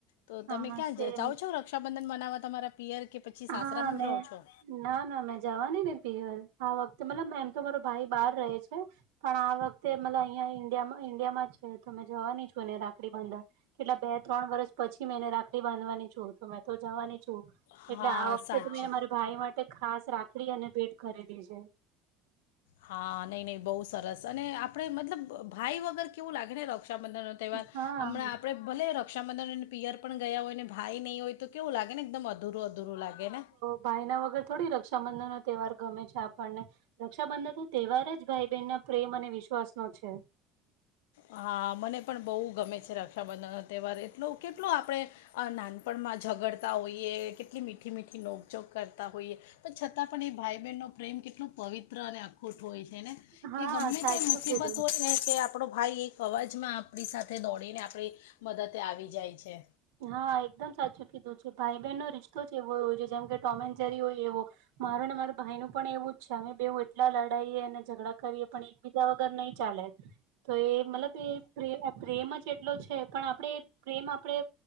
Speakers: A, on the left (about 70°); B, on the right (about 65°).
A: તો
B: હા
A: તમે ક્યાં
B: સેમ
A: જ જાઓ છો રક્ષાબંધન મનાવવા તમારા પિયર કે પછી સાસરામાં
B: હા મે
A: જ રહો છો.
B: ના ના મેં જવાની ને પીહર આ વખતે મતલબ એમ તો મારો ભાઈ બાર રહે છે. પણ આ વખતે મતલબ અહિયા ઇન્ડિયા ઈન્ડિયા માં જ છે તમે જવાની છું એ ને રાખડી બાંધવા કેટલા બે ત્રણ વર્ષ પછી મેં એને રાખડી બાંધવાની છું તો મેં તો જવાની છું.
A: હા
B: એટલે આ વખતે
A: સાચે
B: તો મેં મારી ભાઈ માટે ખાસ રાખડી અને ભેટ ખરીદી છે.
A: હા નહી નહી બહુ સરસ અને આપણે મતલબ ભાઈ વગર કેવું લાગે ને રક્ષાબંધન તહેવાર
B: હા
A: હમણાં આપણે ભલે રક્ષાબંધન અને પિયર પણ ગયા હોય ને ભાઈ નહીં હોય તો કેવું લાગે ને એકદમ અધરું અધુરું લાગે ને.
B: ભાઈ ના વગર થોડી રક્ષાબંધન નો તહેવાર ગમે છે આપણને રક્ષાબંધન તો તહેવાર જ. ભાઈ બહેન ના પ્રેમ અને વિશ્વાસ નો છે.
A: હા મને પણ બહુ ગમે છે રક્ષાબંધનનો તહેવાર એટલો કેટલો આપણે અ નાનપણમાં ઝગડતા હોઈએ, કેટલી મીઠી મીઠી નોકજોગ કરતા હોઈએ. પણ છતાં પણએ ભાઈ બહેનનો પ્રેમ કેટલો પવિત્ર અને અ ખુટ હોય છેને,
B: હા
A: કે ગમે
B: સાચું
A: તે મુસીબત
B: કીધું.
A: હોયને કે આપડો ભાઈ એક અવાજમાં આપણી સાથે દોડીને આપણી મદદે આવી જાય છે.
B: હા એકદમ સાચું કીધું છે, ભાઈ બહેનનો રિશ્તો છે એવો હોય છે, જેમ કે ટોમેન જેરી હોય એવો. મારું ને મારા ભાઈ નું પણ એવું જ છે, અમે બેવ એટલા લડાઈએ એ ઝઘડા કરીએ પણ એકબીજા વગર નહી ચાલે. તો એ મતલબ એ પ્રેવ પ્રેમ જ એટલો છે, પણ આપડે પ્રેમ આપડે